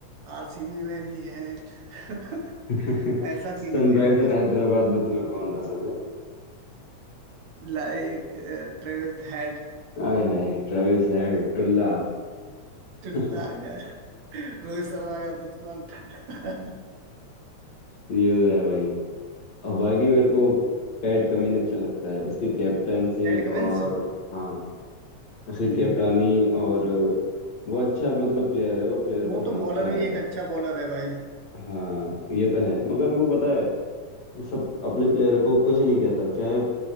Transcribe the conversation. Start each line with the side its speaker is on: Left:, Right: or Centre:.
Right: आरसीबी में भी है <laughs>
Left: <laughs>
Right: ऐसा
Left: सनराइजर
Right: सीन है भाई हमारा
Left: हैदराबाद में तुम्हें कौन पसंद है
Right: Like Travis Head
Left: आय हाय ट्रेविस हेड टुल्ला
Right: टुल्ला
Left: <laughs>
Right: यार रोहित शर्मा का दुश्मन <laughs>
Left: ये तो है भाई और बाकी मेरे को पैट कमिन अच्छा लगता है उसकी कैप्टनसी
Right: PAT Cummins
Left: और हाँ उसकी
Right: हम्म
Left: कैप्टानी और वो अच्छा मतलब प्लेयर है वो प्लेयर को
Right: वो
Left: समझता
Right: तो बॉलर भी
Left: है
Right: एक अच्छा बॉलर है भाई
Left: हाँ ये तो है मगर वो पता है वो सब अपने प्लेयर को कुछ नहीं कहता चाहे